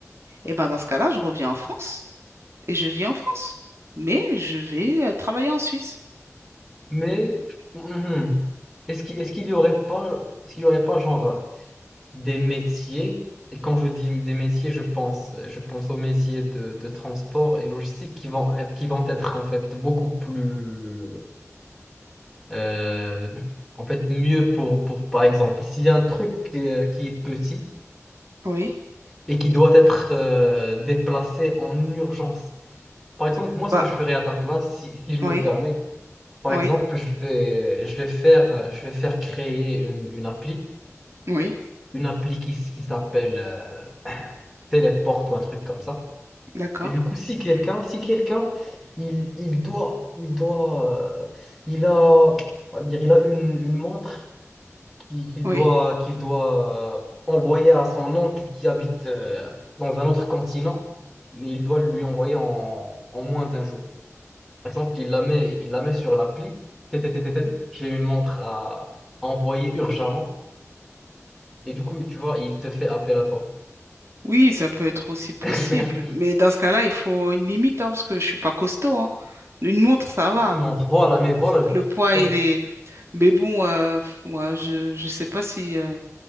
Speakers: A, on the right; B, in the centre.
A: Et ben dans ce cas-là, je reviens en France et je vis en France. Mais je vais euh, travailler en Suisse.
B: mais, mhm. Est-ce qu'il, est-ce qu'il y aurait pas, est-ce qu'il y aurait pas, genre, des métiers, et quand je dis des métiers, je pense, je pense aux métiers de, de transport et logistique qui vont, être- qui vont être, en fait, beaucoup plus Euh, en fait, mieux pour, pour, par exemple, s'il y a un truc euh, qui est petit
A: Oui.
B: et qui doit être euh, déplacé en urgence. Par exemple, moi, ce
A: Bah,
B: que je ferais à ta place, si, si je me
A: oui,
B: permets, par
A: oui,
B: exemple, je vais, je vais faire, je vais faire créer une, une appli,
A: oui,
B: une appli qui, s- qui s'appelle euh, Téléport ou un truc comme ça.
A: d'accord.
B: Et du coup, si quelqu'un, si quelqu'un, il, il doit, il doit, euh, il a, on va dire, il a une, une montre qui- qu'il
A: Oui,
B: doit, qu'il doit euh, envoyer à son oncle qui habite euh, dans un autre continent, mais il doit lui envoyer en, en moins d'un jour. Par exemple, il la met, il la met sur l'appli. TTTTT, J'ai une montre à, à envoyer urgemment. Et du coup, tu vois, il te fait appel à toi.
A: oui, ça peut être aussi possible.
B: <laughs>
A: Mais dans ce cas-là, il faut une limite, hein, parce que je suis pas costaud, hein. Une montre, ça va.
B: Une montre, voilà, mais voilà,
A: Le poids,
B: justement.
A: il est. Mais bon, euh, pff, moi, je je sais pas si. euh,